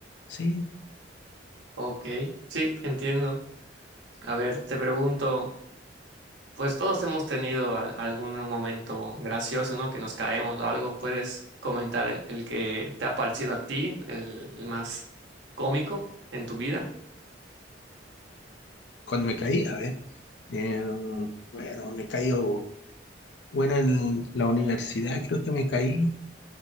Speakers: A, on the left; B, on the right.
A: Sí,
B: Ok, sí, entiendo. A ver, te pregunto. Pues todos hemos tenido al- algún momento gracioso, ¿no? Que nos caemos o algo. ¿Puedes comentar el, el que te ha parecido a ti, el, el más cómico en tu vida?
A: cuando me caí, a ver, eh, bueno, me caí, o- bueno, en la universidad creo que me caí